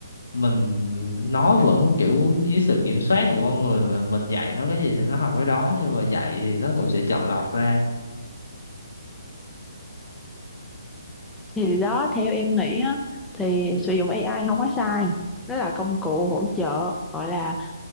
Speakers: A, on the left (about 70°); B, in the centre.
A: mình nó vẫn kiểu dưới sự kiểm soát của con người mà mình dạy nó cái gì thì nó học cái đó nhưng mà dạy thì nó cũng sẽ chọn lọc ra
B: thì đó theo em nghĩ á thì sử dụng AI không có sai nó là công cụ hỗ trợ gọi là